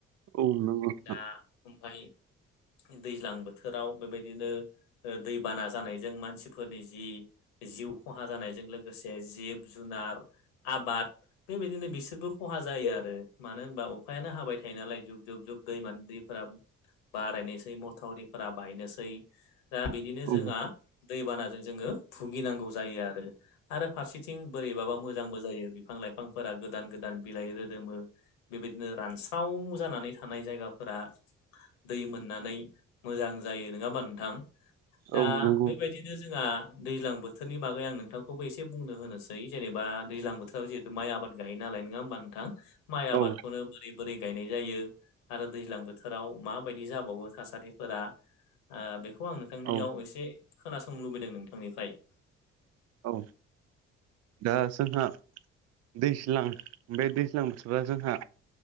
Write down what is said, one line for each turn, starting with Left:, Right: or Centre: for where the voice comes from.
Right: औ नङा
Left: दा ओमफाय दैज्लां बोथोराव बेबायदिनो दै बाना जानायजों मानसिफोरनि जि जिउ खहा जानायजों लोगोसे जिब जुनार आबाद बेबायदिनो बिसोरबो खहा जायो आरो मानो होनबा अखायानो हाबाय थायो नालाय जुब जुब जुब दै मान दै बारायनोसै मथावरिफोरा बायनोसै दा बिदिनो
Right: औ
Left: जोंहा दैबानाजों जोङो भुगिनांगौ जायो आरो आरो फारसेथिं बोरैबाबा मोजांबो जायो बिफां लाइफांफोरा गोदान गोदान बिलाइ रोदोमो बेबायदिनो रानस्राव जानानै थानाय जायगाफोरा दै मोननानै मोजां जायो नङा होमा नोंथां दा
Right: औ नंगौ
Left: बेबायदिनो जोंहा दैज्लां बोथोरनि बागै आं नोंथां खौबो एसे बुंनो होनोसै जेनेबा दैज्लां बोथोराव जिहेथु माइ आबाद गायो नालाय नङा होमबा नोंथां माइ आबादखौनो
Right: औ
Left: बोरै बोरै गायनाय जायो आरो दैज्लां बोथोराव माबायदि जाबावो थासारिफोरा बेखौ आं नोंथांनियाव
Right: औ
Left: एसे खोनासंनो लुबैदों नोंथांनिफ्राय
Right: औ दा जोंहा दैज्लां बे दैज्लां बोथोरा जोंहा